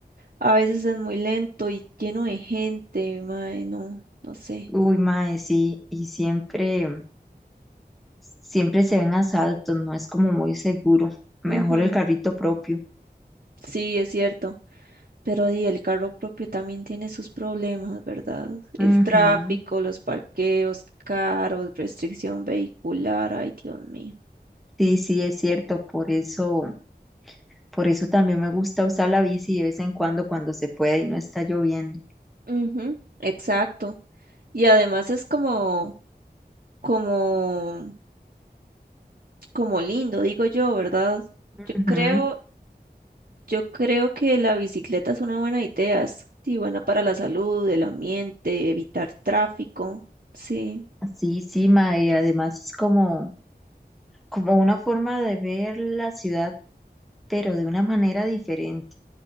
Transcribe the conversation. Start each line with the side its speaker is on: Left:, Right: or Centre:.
Right: A veces es muy lento y lleno de gente, mae, no, no sé.
Centre: Uy, mae, sí, y siempre, siempre se ven asaltos, no es como muy seguro. Mejor
Right: Ujú,
Centre: el carrito propio.
Right: Sí, es cierto. Pero di el carro propio también tiene sus problemas, ¿verdad?
Centre: Ujú.
Right: El tráfico, los parqueos caros, restricción vehicular, ay, Dios mío.
Centre: Sí, sí, es cierto, por eso, por eso también me gusta usar la bici de vez en cuando cuando se puede y no está lloviendo.
Right: Ujú, exacto. Y además es como, como, como lindo, digo yo, ¿verdad?
Centre: Ujú.
Right: Yo creo, yo creo que la bicicleta es una buena idea, es, sí, buena para la salud, el ambiente, evitar tráfico, sí.
Centre: Sí, sí, ma, y además es como, como una forma de ver la ciudad, pero de una manera diferente.